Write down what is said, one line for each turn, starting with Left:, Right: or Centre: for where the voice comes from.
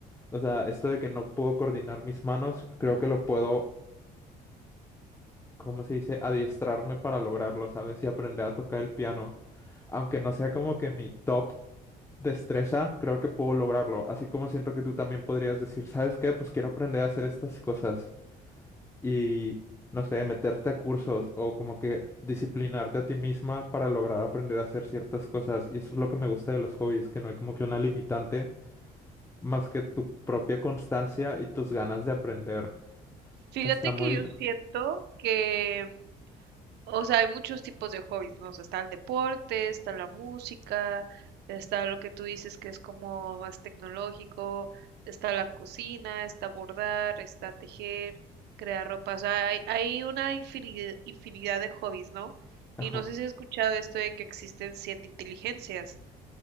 Left: O sea, esto de que no puedo coordinar mis manos, creo que lo puedo, ¿cómo se dice? Adiestrarme para lograrlo, ¿sabes? Y aprender a tocar el piano. Aunque no sea como que mi top destreza, creo que puedo lograrlo. Así como siento que tú también podrías decir, ¿sabes qué? Pues quiero aprender a hacer estas cosas y, no sé, meterte a cursos o como que disciplinarte a ti misma para lograr aprender a hacer ciertas cosas. Y eso es lo que me gusta de los hobbies, que no hay como que una limitante más que tu propia constancia y tus ganas de aprender.
Right: Fíjate
Left: Está muy...
Right: que yo siento que O sea, hay muchos tipos de hobbies, ¿no? O sea, está el deporte, está la música, está lo que tú dices que es como más tecnológico, está la cocina, está bordar, está tejer, crear ropa. O sea, hay, hay una infinidad, infinidad de hobbies, ¿no?
Left: Ajá.
Right: Y no sé si has escuchado esto de que existen siete inteligencias